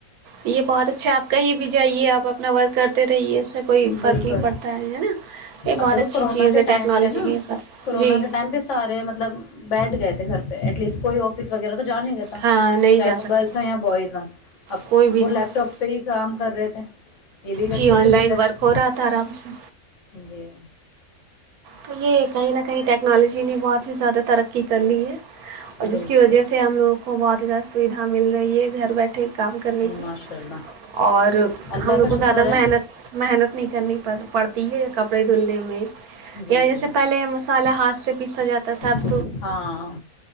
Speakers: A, on the right; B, on the left.
A: یہ بہت اچھا آپ کہیں بھی جائیے آپ اپنا ورک کرتے رہیے سے کوئی فرق
B: بالکل
A: نہیں پڑتا ہے ہے نا یہ
B: اب
A: بہت
B: دیکھو
A: اچھی
B: کرونا
A: چیز
B: کے
A: ہے
B: ٹائم
A: ٹیکنالوجی
B: پہ نا
A: کے حساب
B: کرونا
A: جی
B: کے ٹائم پہ سارے مطلب بیٹھ گئے تھے گھر پہ ایٹ لیسٹ کوئی آف آفس وغیرہ تو جانا ہی رہا
A: ہاں نہیں
B: چاہے
A: جا
B: وہ
A: سکتے
B: گرلس ہ یا بوائز ہوں اب
A: کوئی بھی
B: وہ
A: نہیں
B: لیپ ٹاپ پہ ہی کام کر رہے تھے یہ بھی ایک اچھی
A: جی آن
B: سویدھا
A: لائن ورک
B: ہے
A: ہو رہا تھا آرام سے
B: جی
A: تو یہ کہیں نہ کہیں ٹیکنالوجی نے بہت زیادہ ترقی کر لی ہے اور جس
B: بالکل
A: کی وجہ سے ہم لوگوں کو بہت اا سویدھا مل رہی ہے گھر بیٹھے کام کرنے کی
B: ماشاء اللہ
A: اور
B: اللہ
A: ہم لوگ
B: کا
A: کو
B: شکر
A: زیادہ محنت
B: ہے
A: محنت نہیں کرنی پڑتی ہے کپڑے دھلنے میں
B: جی
A: یا جیسے
B: جی
A: پہلے مسالحہ ہاتھ سے پیسا جاتا تت
B: ہاں